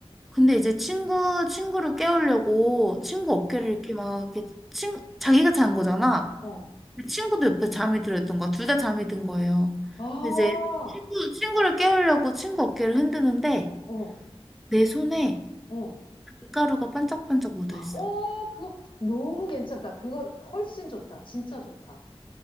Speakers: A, in the centre; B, on the left.
A: 근데 이제 친구 친구를 깨우려고 친구
B: 어,
A: 어깨를 이렇게 막 이렇게 친 자기가 잔 거잖아
B: 어.
A: 그 친구도 옆에 잠이 들어있던 거야. 둘 다 잠이 든 거예요.
B: 아,
A: 이제 친구, 친구를 깨우려고 친구 어깨를 흔드는데
B: 어,
A: 내 손에
B: 어.
A: 밀가루가 반짝반짝 묻어있어.
B: 어, 그거 너무 괜찮다. 그거 훨씬 좋다. 진짜 좋다.